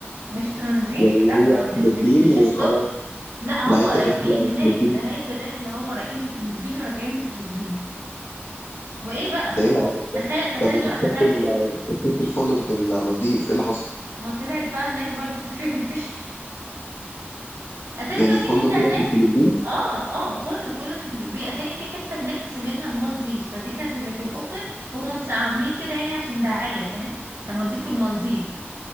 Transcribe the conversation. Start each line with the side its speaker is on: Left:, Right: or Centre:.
Right: مش ترانزيت
Left: ولا
Right: لا
Left: هو
Right: مش
Left: فلبين
Right: مش مش
Left: وخلاص
Right: ستوب لا هو
Left: نهايه
Right: رايحين
Left: الرحله
Right: هناك
Left: فلبين
Right: نهاية الرحلة هو رايحين الفلبين وراجعين من الفلبين وايه بقى
Left: ده ايه العبط
Right: تخيل
Left: ده
Right: تخيل
Left: طب وتذكره
Right: بقى تخيل
Left: ال-
Right: ايه
Left: تذكره الفندق بتاعت المالديف ايه اللي حصل
Right: ما طلعت بقى هناك برضو في الفلبين <laughs> اتاري
Left: يعني
Right: بقى
Left: الفندق
Right: في حتة
Left: كده
Right: هناك
Left: في الفلبين
Right: اه اه كله كله في الفلبين اتاري في حتة هناك بيسمينها المالديف فدي كانت اللي في الاوفر هم بس عاملين كده يعني عشان دعاية فاهم هنوديكوا المالديف